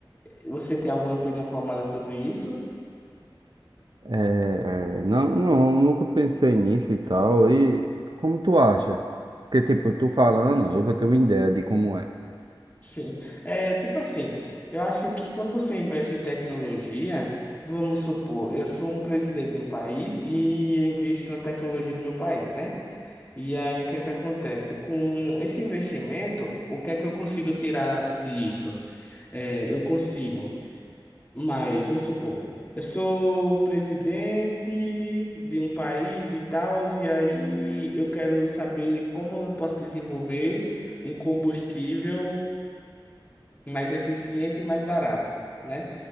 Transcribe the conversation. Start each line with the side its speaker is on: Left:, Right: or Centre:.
Left: Você tem alguma opinião formada sobre isso?
Right: É, é, não, não, nunca pensei nisso e tal. E como tu acha? Porque, tipo, tu falando, eu vou ter uma ideia de como é
Left: Sim. É, tipo assim, eu acho que quando você investe em tecnologia, vamos supor, eu sou um presidente de um país e eu invisto na tecnologia do meu país, né? E aí o que é que acontece? Com esse investimento, o que é que eu consigo tirar disso? É, eu consigo. Mas, vamos supor, eu sou presidente de um país e tal, e aí eu quero saber como eu posso desenvolver um combustível mais eficiente e mais barato, né?